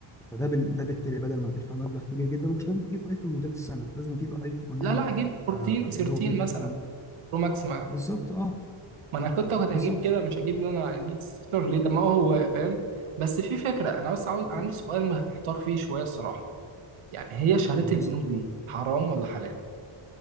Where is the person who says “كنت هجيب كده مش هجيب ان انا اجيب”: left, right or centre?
Right